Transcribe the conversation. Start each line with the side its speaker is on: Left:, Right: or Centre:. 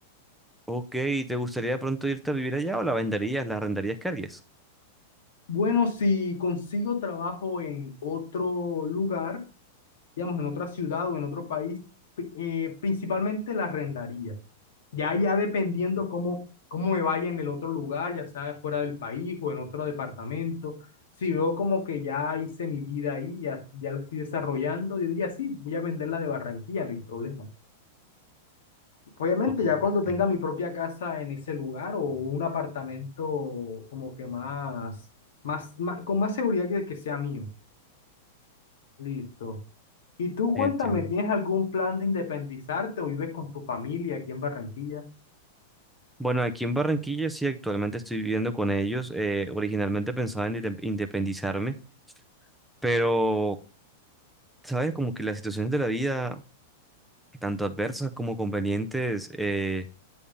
Centre: Ok, ¿y ¿te gustaría de pronto irte a vivir allá o la venderías, la arrendarías? ¿Qué harías?
Left: Bueno, si consigo trabajo en otro lugar, digamos, en otra ciudad o en otro país, pri- eh, principalmente la arrendaría. Ya, ya dependiendo cómo, cómo me vaya en el otro lugar, ya sea fuera del país o en otro departamento, si veo como que ya hice mi vida ahí, ya, ya la estoy desarrollando, yo diría, sí, voy a venderla de Barranquilla, no hay problema. Obviamente,
Centre: Ok,
Left: ya cuando tenga mi propia casa en ese lugar o un apartamento como que más, más, más- con más seguridad de que sea mío. Listo. Y tú cuéntame,
Centre: Entiendo.
Left: ¿tienes algún plan de independizarte o vives con tu familia aquí en Barranquilla?
Centre: Bueno, aquí en Barranquilla sí, actualmente estoy viviendo con ellos. Eh, originalmente pensaba en inde- independizarme, pero, ¿sabes? Como que las situaciones de la vida, tanto adversas como convenientes, eh,